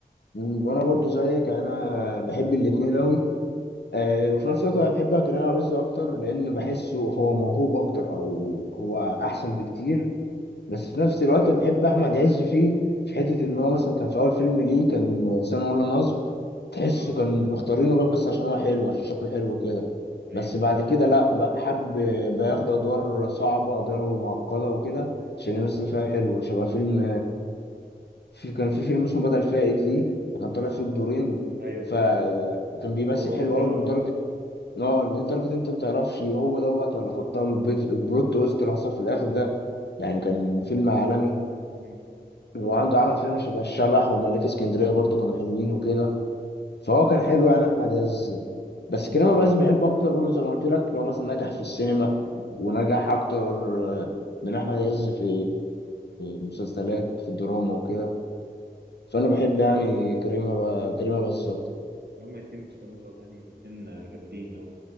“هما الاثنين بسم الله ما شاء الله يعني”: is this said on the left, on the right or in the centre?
Right